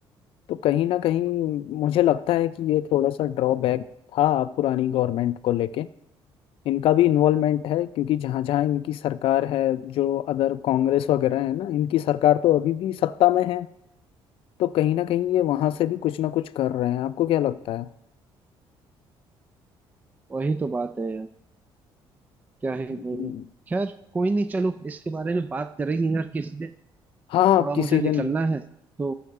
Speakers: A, on the left; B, on the right.
A: तो कहीं ना कहीं मुझे लगता है कि ये थोड़ा सा ड्रॉबैक था पुरानी गवर्नमेंट को लेके इनका भी इन्वॉल्वमेंट है क्योंकि जहाँ जहाँ इनकी सरकार है जो अदर कांग्रेस वगैरह है ना इनकी सरकार तो अभी भी सत्ता में है तो कहीं ना कहीं ये वहां से भी कुछ ना कुछ कर रहे हैं आपको क्या लगता है
B: वही तो बात है क्या ही
A: हम्म।
B: बोलूं खैर कोई नहीं चलो इसके बारे में बात करेंगे यार किसी दिन
A: हाँ आप
B: थोड़ा
A: किसी
B: मुझे निकलना
A: दिन
B: है तो